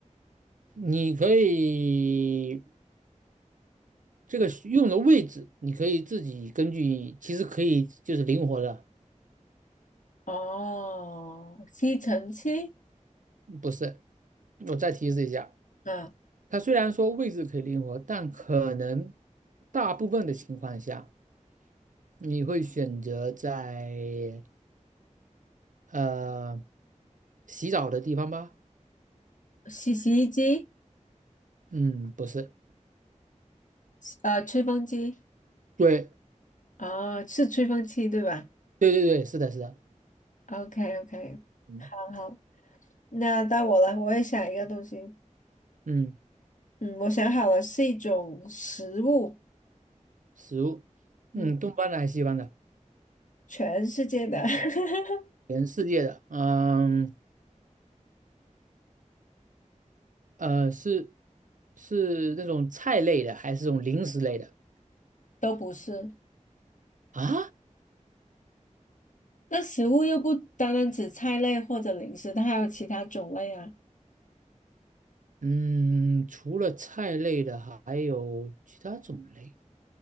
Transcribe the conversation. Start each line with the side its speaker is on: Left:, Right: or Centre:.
Right: 你可以这个需用的位置，你可以自己根据，其实可以就是灵活的，
Left: 哦，吸尘器
Right: 不是。我再提示一下，
Left: 啊，
Right: 它虽然说位置可以灵活，但可能大部分的情况下，你会选择在呃洗澡的地方吧？
Left: 洗洗衣机，
Right: 嗯，不是，
Left: 呃，吹风机。
Right: 对
Left: 哦，是吹风机对吧
Right: 对对对，是的，是的，
Left: ？OK OK，
Right: 嗯
Left: 好好，那到我了，我也想一个东西。
Right: 嗯，
Left: 嗯，我想好了，是一种食物。
Right: 食物，
Left: 嗯，
Right: 嗯，东方的还是西方的？
Left: 全世界的 <laughs>
Right: 全世界的，嗯呃，是是那种菜类的，还是这种零食类的
Left: 都不是。
Right: 啊？
Left: 那食物又不单单指菜类或者零食，它还有其他种类啊。
Right: 嗯，除了菜类的，还有其他种类。